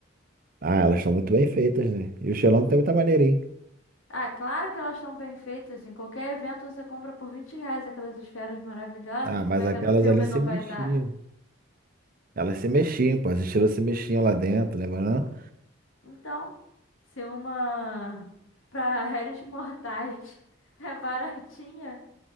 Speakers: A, on the right; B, on the left.
A: Ah, elas estão muito bem feitas, né? E o Xelão tem muita maneirinha.
B: Ah, claro que elas estão bem feitas. Em qualquer evento você compra por 20 reais aquelas esferas maravilhosas.
A: Ah,
B: Como
A: mas
B: é
A: aquelas
B: que a do filme
A: ali se
B: não
A: mexiam.
B: vai estar?
A: Elas se mexiam, pô, as estrelas se mexiam lá dentro, lembra não?
B: Então, se uma para réis mortais <laughs> é baratinha,